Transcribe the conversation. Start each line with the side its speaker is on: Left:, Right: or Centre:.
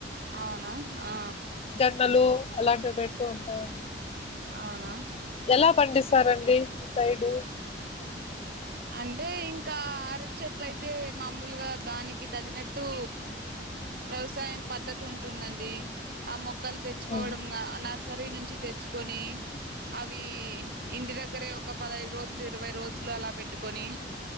Right: అవునా ఆ
Left: న్నలు అలాంటివి పెడుతూ ఉంటారడి
Right: అవునా
Left: ఎలా పండిస్తారండి మీ సైడు
Right: అంటే ఇంకా అరటి చెట్లు అయితే మామూలుగా దానికి తగినట్టు వ్యవసాయం పద్ధతి ఉంటుందండి ఆ మొక్ క్కలు తెచ్చుకోవడం
Left: ఉమ్
Right: ఇంగ నర్స్ సరీ నుంచి తెచ్ కొని అవి ఇంటి దగ్ ద్గర ఒక పదయిదు రోజులు ఇరవై రోజులు అలా పెట్ ఇట్టుకని